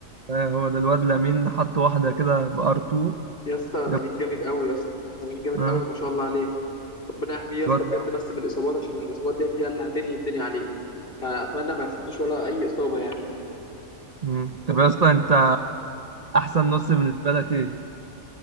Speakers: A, on the right; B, on the left.
A: آه، هو ده الواد لامين حط واحدة كده بار 2
B: يا اسطى
A: جامد
B: لامين جامد قوي يا اسطى لامين جامد
A: اه
B: قوي ما شاء الله عليه ربنا يحميه يا اسطى
A: الواد
B: بجد
A: ده
B: بس من الاصابات عشان الاصابات ديت هي اللي هتنهي الدنيا عليه فاتمنى ما يحصلوش ولا اي اصابه يعني
A: مم. طب يا اسطى انت أحسن نص بالنسبة لك ايه؟